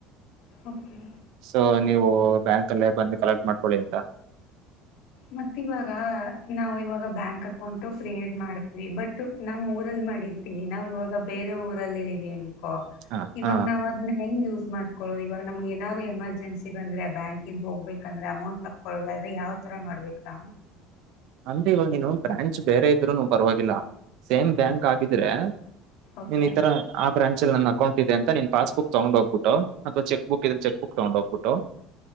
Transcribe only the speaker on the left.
ಓಕೆ
ಮತ್ ಇವಾಗ ನಾವ್ ಇವಾಗ ಬ್ಯಾಂಕ್ ಅಕೌಂಟು ಫ್ರೀ ಎಡ್ ಮಾಡ್ತೀವಿ ಬಟ್ ನಮ್ ಊರಲ್ಲಿ ಮಾಡಿರ್ತೀವಿ ನಾವ್ ಇವಾಗ ಬೇರೆ ಊರಲ್ಲಿ ಇದೀವಿ ಅನ್ ಕೊ
ಇವಾಗ
ನಾವ್ ಅದ್ನ ಹೆಂಗ್ ಯೂಸ್ ಮಾಡ್ಕೊಳ್ಳೋದು ಇವಾಗ್ ನಮಗೆ ಏನಾದ್ರು ಎಮರ್ಜನ್ಸಿ ಬಂದ್ರೆ ಬ್ಯಾಂಕಿಂದ ಹೋಗ್ಬೇಕಂದ್ರೆ ಅಮೌಂಟ್ ತೊಕೊಳ್ಳುದಾದ್ರೆ ಯಾವ್ ಹತ್ರ ಮಾಡ್ಬೇಕ್ ನಾವು.
ಓಕೆ